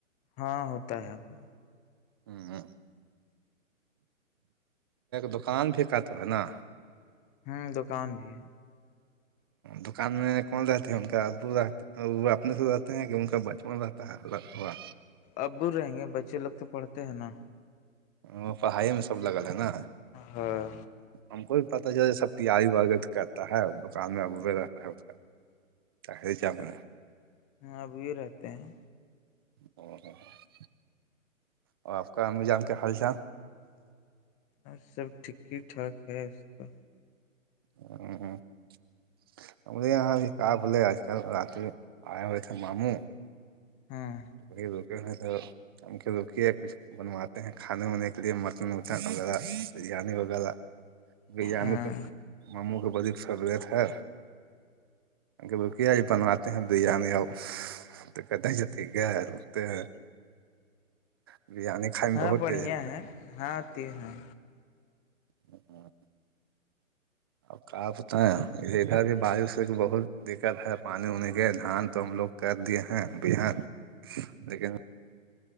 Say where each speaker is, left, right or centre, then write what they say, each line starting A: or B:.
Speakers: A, on the left; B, on the right.
A: ہاں ہوتا ہے پا
B: ہوں ہ دکان بھی کا تو ہے نا
A: ہوں دکان بھی ہے
B: دکان میں کون رہتے ہیں ان کا ابو رہ وہ اپنے سے رہتے ہیں کہ ان کا بچپن رہتا ہے لڑکوا
A: اببر رہیں گے بچے لگ تو پڑھتے ہیں نا
B: وہ پڑھائی میں سب لگل ہے نا
A: ہاں
B: ہم کو بھی پتا چل سب تیاری برگت کرتا ہے کامیا اب رہا ہے ہم
A: ہ اب بھی رہتے ہیں
B: <unintelligible> اور آپ کا ان نظام کے حال چال
A: اور سب ٹھیک ہی ٹھاک ہے اس کا
B: <unintelligible> ہمرے یہاں بھی کار ہوولے آج کل رات آئے ہو رہے تھ ماموں
A: ہاں
B: ڑ دکےیں تو سمکھھی دکھی ہے کچھ بنواتے ہیں کھانے وے کے لیے مٹن وٹن وغیرہ بریانی وغیرہ بریانی
A: ہاں
B: تو مموں کے بریی سبریت ہے کہ کیا یہ بنواتے ہیں دان آ تو کہتے ٹھیک ہے ہے روکتے ہیں بریانی کھائے میں
A: ہاں
B: بہت
A: بڑھیا
B: تیز ہو
A: ہے ہاں ت ہاں
B: ہ <unintelligible> وں <unintelligible> اور کا آپتا اھر کے بایش سے بہت دقت ہے پانی وانی کے دھان تو ہم لوگ کر دیے ہیں بان <unintelligible> <unintelligible> دیکیک <unintelligible>